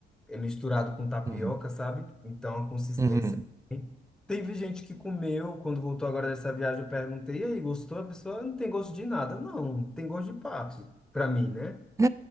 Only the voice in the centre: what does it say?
é misturado com tapioca,
sabe? Então a consistência.
Teve gente que comeu quando voltou agora dessa viagem. Eu perguntei, e aí, gostou? A pessoa não tem gosto de nada. Não, tem gosto de papo, pra mim, né?